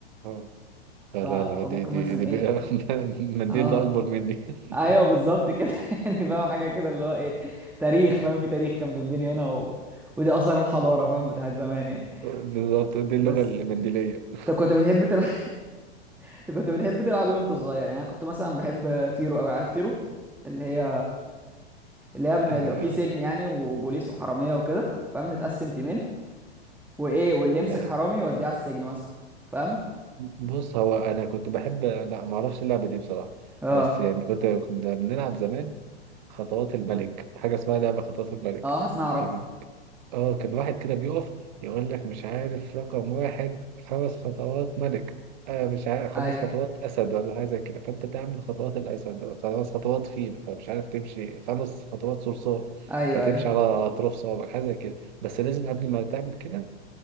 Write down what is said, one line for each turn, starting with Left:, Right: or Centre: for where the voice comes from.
Right: اه
Centre: ف...
Right: لا لا
Centre: فممكن
Right: لا دي دي
Centre: مثلا
Right: دي
Centre: ايه
Right: بقى <laughs> المنديل
Centre: اه
Right: ده أكبر مني <laughs>
Centre: ايوه بالظبط كده <laughs> يعني فاهم حاجه كده اللي هو ايه تاريخ فاهم في تاريخ كان بيتبني هنا و... ودي اثار الحضاره فاهم بتاعت زمان يعني
Right: بالظبط دي اللغة
Centre: بس
Right: المنديلية
Centre: انت كنت بتحب تلعب <laughs> انت كنت بتحب تلعب ايه وانت صغير يعني انا كنت مثلا بحب طيرو قوي عارف طيرو اللي هي اللي هي بن-
Right: آه
Centre: بيبقى فيه سجن يعني وبوليس وحراميه وكده فاهم نتقسم تيمين وايه واللي
Right: لا
Centre: يمسك حرامي يوديه على السجن مثلا فاهم
Right: بص هو أنا كنت بحب لا ما أعرفش اللعبة دي بصراحة
Centre: اه
Right: بس يعني كنت كنا بنلعب زمان خطوات الملك حاجة اسمها لعبة خطوات الملك
Centre: اه حاسس اني اعرفها
Right: كان اه كان واحد كده بيقف يقول لك مش عارف رقم واحد خمس خطوات ملك آه مش عارف خمس
Centre: ايوه
Right: خطوات أسد ولا حاجة زي كده فأنت تعمل خطوات الأسد خمس خطوات فيل فمش عارف تمشي خمس خطوات صرصور
Centre: ايوه
Right: فتمشي
Centre: ايوه
Right: على أطراف صوابعك حاجة زي كده بس لازم قبل ما تعمل كده